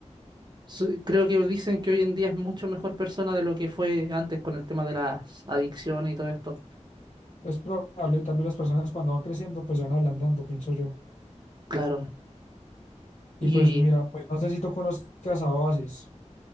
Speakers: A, on the right (about 35°); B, on the left (about 65°).
A: su- creo que dicen que hoy en día es mucho mejor persona de lo que fue antes con el tema de las adicciones y todo esto.
B: Es probable, tal vez las personas cuando van creciendo pues se van ablandando, pienso yo.
A: Claro.
B: Y
A: Y
B: pues mira, pues no sé si tú conozcas a Oasis.